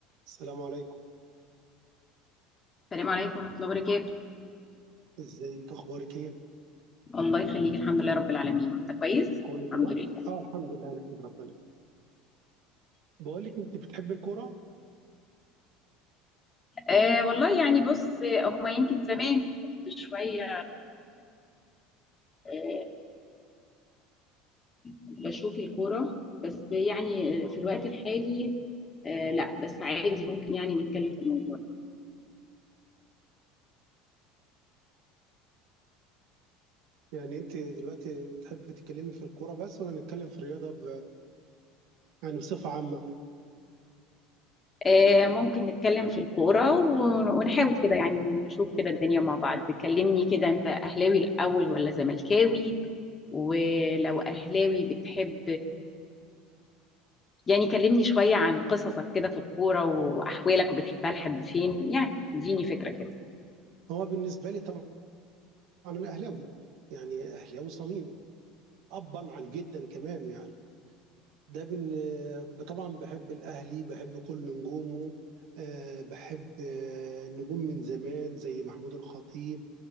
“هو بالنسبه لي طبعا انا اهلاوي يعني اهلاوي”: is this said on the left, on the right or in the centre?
Right